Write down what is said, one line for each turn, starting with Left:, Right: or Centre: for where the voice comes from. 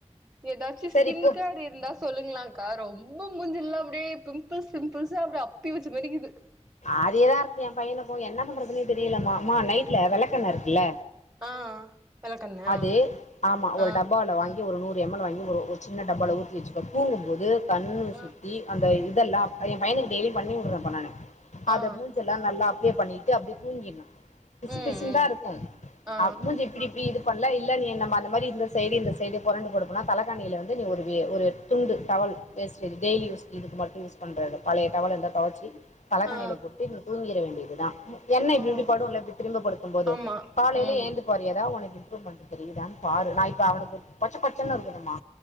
Right: எதாச்சி
Left: சரி
Right: ஸ்கின்
Left: போ
Right: கேர் இருந்தா சொல்லுங்களாக்கா ரொம்ப மூஞ்செல்லா அப்டியே பிம்ப்ள்ஸ் பிம்பிள்ஸா அப்டியே அப்பி வெச்ச மாரி இக்குது
Left: அதியே தான் இருக்கு என் பையன்னுக்கு என்ன பண்றதுன்னே தெரியலமா மா நைட்ல வெளக்கெண்ண இருக்குல
Right: ஆ வெளக்கெண்ணெயா
Left: அது ஆமா ஒரு
Right: ஆ
Left: டப்பால வாங் ஒரு நூறு எம் எல் வாங்கி ஒரு ஒரு சின்ன டப்பால ஊத்தி வெச்சிக்கோ தூங்கும்போது கண்ணு
Right: ஆ
Left: சுத்தி அந்த இ இதெல்லா என் பையனுக்கு டெய்லி பண்ணி வுடுறேன் இப்போ நானு அத
Right: ஆ ஆ
Left: மூஞ்செல்லா நல்லா அப்ளே பண்ணி விட்டு அப்டியே தூங்கிடுனும் பிசு
Right: ம்
Left: பிசுன்தான்
Right: ம்
Left: இருக்கும்
Right: ஆ
Left: மூஞ்சி இப்டி இது பண்ல இல்ல நீ நம்ம அந்த மாரி இந்த சைடு இந்த சைடு பொரண்டு படுப்பனா தலைக்கானியில வந்து நீ ஒரு வே ஒரு துண்டு டவல் வேஸ்ட்டேஜ் டெய்லி யூஸ் இதுக்கு மட்டும் யூஸ் பண்றது பழைய டவல் இருந்தா தொவச்சி தலகாணில
Right: ஆ
Left: போட்டு நீ தூங்கிட வேண்டியது தான் என்ன இப்டி
Right: ஓ
Left: இப்டி படும்ல இப்டி திரும்பி படுக்கும் போது
Right: ஆமா
Left: காலையில
Right: ம்
Left: ஏந்து பாரு எதா உனக் இம்ப்ரூமென்ட் தெரியுதானு பாரு நான் இப்ப அவனுக்கு கொச்ச கொச்சன்னு இருக்குதும்மா